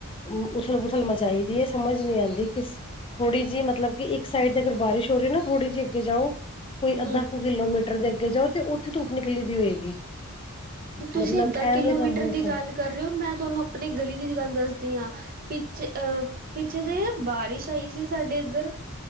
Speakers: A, on the left; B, on the right.
A: ਉਮ ਉਥਲ ਬੁਥਲ ਮਚਾਈ ਦੀ ਹੈ, ਸਮਝ ਨਹੀਂ ਆਉਂਦੀ ਕਿਸ ਥੋੜੀ ਜਿਹੀ ਮਤਲਬ ਕਿ ਇੱਕ ਸਾਈਡ ਤੇ ਅਗਰ ਬਾਰਿਸ਼ ਹੋ ਰਹੀ ਨਾ ਥੋੜੀ ਜਿਹੀ ਅੱਗੇ ਜਾਓ ਕੋਈ
B: ਹੂੰ,
A: ਅੱਧਾ ਕੁ ਕਿਲੋਮੀਟਰ ਟਰ ਦੇ ਅੱਗੇ ਜਾਓ ਤੇ ਉੱਥੇ ਧੂੱਪ ਨਿਕਲੀ ਦੀ ਹੋਏਗੀ।
B: ਤੁਸੀ
A: ਮਤਲਬ
B: ਅੱਧਾ
A: ਐਵੇਂ
B: ਕਿਲੋਮੀਟਰ
A: ਦਾ ਮੌਸਮ
B: ਦੀ ਗੱਲ ਕਰ ਰਹੇ ਹੋ ਮੈਂ ਤੁਹਾਨੂੰ ਆਪਨੀ ਗਲੀ ਦੀ ਗੱਲ ਦੱਸਦੀ ਹਾਂ। ਪਿੱਛੇ ਅਹ ਪਿੱਛੇ ਜਿਹੜੀ ਬਾਰਿਸ਼ ਆਈ ਸੀ ਸਾਡੇ ਇੱਧਰ।